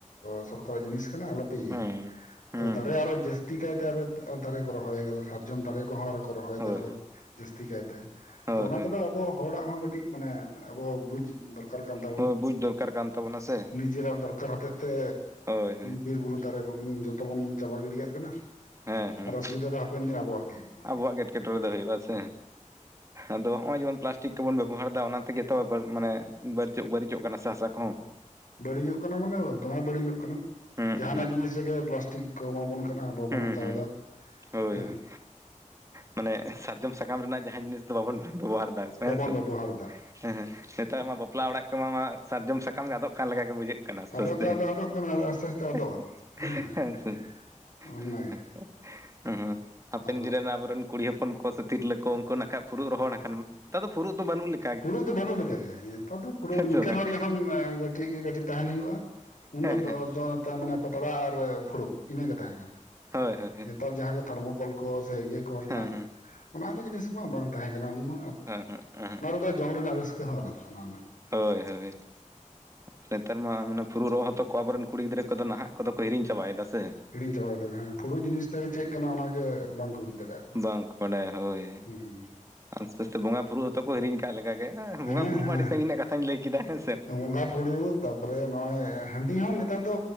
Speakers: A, on the left; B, on the right.
A: ᱥᱚᱨᱠᱟᱨᱟᱜ ᱡᱤᱱᱤᱥ ᱠᱟᱱᱟ ᱟᱞᱚᱯᱮ ᱤᱭᱟᱹᱭᱟ
B: ᱦᱩᱸ ᱦᱩᱸ
A: ᱛᱚ ᱫᱟᱨᱮ
B: ᱦᱩᱸ
A: ᱟᱨᱚ ᱛᱤ ᱠᱟᱭᱛᱮ ᱟᱨᱚ ᱟᱨ ᱫᱟᱨᱮ ᱠᱚ ᱨᱚᱦᱚᱭ ᱠᱟᱫᱟ᱾ ᱥᱟᱨᱡᱚᱢ ᱫᱟᱨᱮ ᱠᱚᱦᱚᱸ ᱟᱨᱚ ᱠᱚ ᱨᱚᱦᱚᱭ ᱫᱟᱠᱚ
B: ᱦᱳᱭ ᱦᱳᱭ
A: ᱡᱟᱹᱥᱛᱤ ᱠᱟᱭᱛᱮ
B: ᱦᱳᱭ
A: ᱛᱚ ᱚᱱᱟ
B: ᱦᱳᱭ
A: ᱠᱚᱫᱚ ᱟᱵᱚ ᱦᱚᱲᱟᱜ ᱦᱚᱸ ᱠᱟᱹᱴᱤᱡ ᱢᱟᱱᱮ ᱟᱵᱚ ᱵᱩᱡᱽ ᱫᱚᱨ ᱠᱟᱨ ᱠᱟᱱ ᱛᱟᱵᱚᱱᱟ
B: ᱦᱳᱭ ᱵᱩᱡᱽ ᱫᱚᱨᱠᱟᱨ ᱠᱟᱱ ᱛᱟᱵᱚᱱᱟ ᱥᱮ
A: ᱱᱤᱡᱮᱨᱟᱜ ᱫᱚᱨᱠᱟᱨ ᱦᱚᱛᱮᱡ ᱛᱮ
B: ᱦᱳᱭ ᱦᱳᱭ
A: ᱵᱤᱨ ᱵᱩᱨᱩ ᱫᱟᱨᱮ ᱡᱚᱛᱚ ᱵᱚᱱ ᱪᱟᱵᱟ ᱜᱤᱰᱤᱠᱟᱜ ᱠᱟᱱᱟ
B: ᱦᱮᱸ ᱦᱮᱸ
A: ᱟᱨ ᱚᱥᱩᱵᱤᱫᱟ ᱫᱚ ᱦᱟᱯᱮᱱ ᱫᱤᱱ ᱟᱵᱚᱣᱟᱜ ᱜᱮ ᱦᱩᱭᱩᱜ-ᱟ᱾
B: ᱟᱵᱚᱣᱟᱜ ᱜᱮ ᱮᱴᱠᱮᱴᱚᱬᱮ ᱫᱚ ᱦᱩᱭᱩᱜ-ᱟ ᱥᱮ᱾ ᱟᱫᱚ ᱦᱚᱸᱜ-ᱚᱭ ᱡᱮᱢᱚᱱ ᱯᱞᱟᱥᱴᱤᱠ ᱠᱚᱵᱚᱱ ᱵᱮᱵᱚᱦᱟᱨ ᱮᱫᱟ ᱚᱱᱟ ᱛᱮᱜᱮ ᱛᱚ ᱢᱟᱱᱮ ᱵᱟᱹᱨᱤᱪᱚᱜ ᱵᱟᱹᱨᱤᱪᱚᱜ ᱠᱟᱱᱟ ᱥᱮ ᱦᱟᱥᱟ ᱠᱚᱦᱚᱸ᱾
A: ᱵᱟᱹᱲᱤᱡᱚᱜ ᱠᱟᱱᱟ ᱢᱟᱱᱮ ᱫᱚᱢᱮ ᱵᱟᱹᱲᱤᱡᱚᱜ ᱠᱟᱱᱟ
B: ᱦᱩᱸ
A: ᱡᱟᱦᱟᱱᱟᱜ
B: ᱦᱩᱸ
A: ᱡᱤᱱᱤᱥ ᱨᱮᱜᱮ ᱯᱞᱟᱥᱴᱤᱠ ᱠᱚ ᱮᱢᱟᱵᱚᱱ ᱠᱟᱱᱟ ᱟᱵᱚᱵᱚᱱ
B: ᱦᱩᱸ
A: ᱦᱟᱛᱟᱣᱫᱟ
B: ᱦᱩᱸ ᱦᱳᱭ
A: ᱦᱮᱸ᱾
B: ᱦᱳᱭ ᱢᱟᱱᱮ ᱥᱟᱨᱡᱚᱢ ᱥᱟᱠᱟᱢ ᱨᱮᱱᱟᱜ ᱡᱟᱦᱟᱸᱱ ᱡᱤᱱᱤᱥ ᱫᱚ ᱵᱟᱵᱚᱱ ᱵᱮᱵᱚᱦᱟᱨ ᱫᱟ᱾
A: ᱵᱟᱵᱚᱱ
B: ᱦᱮᱸ ᱛᱚ᱾
A: ᱵᱮᱵᱚᱦᱟᱨ ᱮᱫᱟ
B: ᱦᱮᱸ ᱦᱮᱸ ᱱᱮᱛᱟᱨ ᱢᱟ ᱵᱟᱯᱞᱟ ᱚᱲᱟᱜ ᱠᱚᱢᱟ ᱢᱥ ᱥᱟᱨᱡᱚᱢ ᱥᱟᱠᱟᱢ ᱜᱮ ᱟᱫᱚᱜ ᱠᱟᱱ ᱞᱮᱠᱟ ᱜᱮ ᱵᱩᱡᱷᱟᱹᱜ ᱠᱟᱱᱟ ᱟᱥᱛᱮ
A: ᱟᱫᱚᱜ
B: ᱟᱥᱛᱮ
A: ᱠᱟᱱᱟ ᱫᱚ ᱟᱫᱚᱜ ᱠᱟᱱᱟ ᱟᱥᱛᱮ ᱟᱥᱛᱮ
B: <inaudible>
A: ᱟᱫᱚᱜᱼᱟ ᱦᱮᱸ
B: ᱦᱮᱸᱥᱮ ᱾
A: ᱚᱱᱟᱜᱮ
B: <inaudible> ᱦᱩᱸ ᱦᱟᱯᱮᱱ
A: ᱟᱫᱚ
B: ᱫᱤᱱ ᱨᱮᱱᱟᱜ ᱟᱵᱚᱨᱮᱱ ᱠᱩᱲᱤ ᱦᱚᱯᱚᱱ ᱠᱚ ᱥᱮ ᱛᱤᱨᱞᱟᱹ ᱠᱚ ᱩᱱᱠᱩ ᱱᱟᱜ ᱠᱷᱟᱱ ᱯᱷᱩᱲᱩᱜ ᱨᱚᱦᱚᱲ ᱟᱠᱟᱱ, ᱱᱮᱛᱟᱨ ᱫᱚ ᱯᱷᱩᱲᱩᱜ ᱫᱚ ᱵᱟᱹᱱᱩᱜ ᱞᱮᱠᱟ ᱾
A: ᱯᱷᱩᱲᱩᱜ ᱫᱚ ᱵᱟᱹᱱᱩᱜ ᱞᱮᱠᱟᱜᱮ ᱱᱤᱛᱚᱜ ᱫᱚ ᱯᱷᱩᱲᱩᱜ ᱱᱤᱝᱠᱟᱹᱱ
B: ᱥᱮ ᱵᱟᱝ
A: ᱦᱚᱲ ᱡᱚᱠᱷᱚᱱ ᱠᱟᱹᱴᱤᱡ ᱠᱟᱹᱴᱤᱡ ᱛᱟᱦᱮᱱ ᱦᱩᱭᱩᱜ-ᱟ ᱩᱱ
B: ᱦᱮᱸ
A: ᱫᱚ ᱫᱚ
B: ᱦᱮᱸ
A: ᱫᱚ ᱢᱟᱱᱮ ᱯᱟᱛᱲᱟ ᱟᱨ ᱯᱷᱩᱲᱩᱜ ᱤᱱᱟᱹᱜᱮ ᱛᱟᱦᱮᱸ ᱠᱟᱱᱟ
B: ᱦᱳᱭ
A: ᱾
B: ᱦᱳᱭ ᱦᱮᱸ
A: ᱱᱮᱛᱟᱨ ᱡᱟᱦᱟᱸ ᱠᱚ ᱛᱷᱚᱨᱢᱳᱠᱳᱞ ᱠᱚ ᱥᱮ ᱤᱭᱟᱹ ᱠᱚᱨᱮᱱᱟᱜ
B: ᱦᱮᱸ
A: <inaudible> ᱚᱱᱟ ᱠᱚ ᱡᱤᱱᱤᱥ ᱢᱟ ᱵᱟᱝ ᱛᱟᱦᱮᱸ ᱠᱟᱱᱟ ᱩᱱᱢᱟ
B: ᱦᱮᱸ ᱦᱮᱸ <unintelligible>
A: ᱫᱚ ᱡᱚᱢ ᱨᱮᱱᱟᱜ ᱨᱟᱹᱥᱠᱟᱹ ᱦᱚᱸ ᱟᱞᱟᱫᱟ ᱚᱱᱟ ᱨᱮᱱᱟᱜ ᱾
B: ᱦᱳᱭ ᱦᱳᱭ ᱾ <inaudible> ᱱᱮᱛᱟᱨ ᱢᱟ ᱢᱟᱱᱮ ᱯᱷᱩᱲᱩᱜ ᱨᱚᱜ ᱦᱚᱸᱛᱚ ᱠᱚ ᱟᱵᱚ ᱨᱮᱱ ᱠᱩᱲᱤ ᱜᱤᱫᱽᱨᱟᱹ ᱠᱚᱫᱚ ᱱᱟᱦᱟᱜ ᱠᱚᱫᱚ ᱠᱚ ᱦᱤᱲᱤᱧ ᱪᱟᱵᱟᱭ ᱮᱫᱟ ᱥᱮ ᱾
A: ᱦᱤᱲᱤᱧ ᱪᱟᱵᱟᱭ ᱮᱫᱟᱠᱚ ᱦᱮᱸ, ᱯᱷᱩᱲᱩᱜ ᱡᱤᱱᱤᱥ ᱫᱚ ᱪᱮᱫ ᱠᱟᱱᱟ ᱚᱱᱟᱜᱮ ᱵᱟᱝᱠᱚ ᱵᱩᱡ ᱫᱟᱲᱮᱭᱟᱜ-ᱟ ᱠᱚ ᱾
B: ᱵᱟᱝᱠᱚ ᱵᱟᱰᱟᱭᱟ ᱦᱳᱭ ᱾
A: ᱦᱩᱸ ᱾
B: ᱟᱥᱛᱮ ᱟᱥᱛᱮ ᱵᱚᱸᱜᱟ ᱯᱷᱩᱲᱩᱜ ᱦᱚᱸᱛᱚ ᱠᱚ ᱦᱤᱨᱤᱧ ᱠᱟᱜ ᱞᱮᱠᱟ ᱜᱮ ᱾
A: ᱦᱮᱸ
B: ᱵᱚᱸᱜᱟ ᱯᱷᱩᱲᱩᱜ
A: ᱦᱮᱸ
B: ᱢᱟ ᱟᱹᱰᱤ ᱥᱟᱹᱜᱤᱧ ᱨᱮᱱᱟᱜ ᱠᱟᱛᱷᱟᱧ ᱞᱟᱹᱭ ᱠᱮᱫᱟ ᱾
A: ᱵᱚᱸᱜᱟ ᱯᱷᱩᱲᱩᱜ, ᱛᱟᱨᱯᱚᱨᱮ ᱱᱚᱜ-ᱚᱭ ᱦᱟᱺᱰᱤ ᱦᱚᱸ ᱱᱮᱛᱟᱨ ᱫᱚ